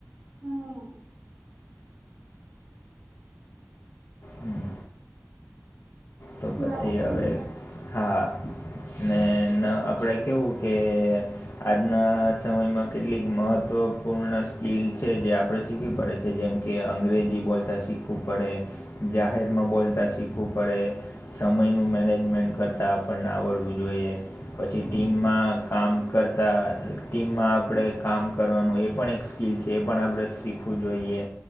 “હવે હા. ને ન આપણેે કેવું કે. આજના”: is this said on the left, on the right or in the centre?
Left